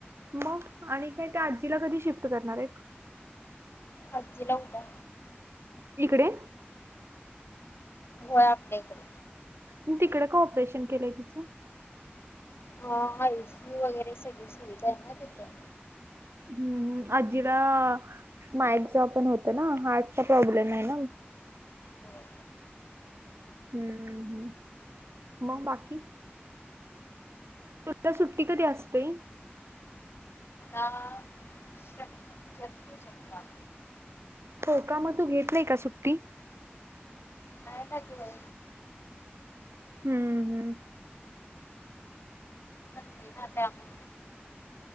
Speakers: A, on the right; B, on the left.
A: मग आणि काय त्या आजीला कधी शिफ्ट करणार आहेत.
B: आजी ला उद्या,
A: इकडे
B: होय आपल्या इकडे,
A: मं तिकडे का ऑपरेशन केलंय तिचं?
B: हा आय सि यू वगैरे सगळी सुविधा आहे ना तिथं
A: हम्म आजीला ना एक्सेझो पण होतं ना हार्टचा प्रॉब्लेम आहे ना,
B: होय.
A: हूं हूं हूं मग बाकी आता सुट्टी कधी असते?
B: आता शक शस्त शकवा,
A: हो का मग तू घेत नाय का सुट्टी.
B: काय खाते बाई
A: हम्म हम्म.
B: हाय ना त्यामुळं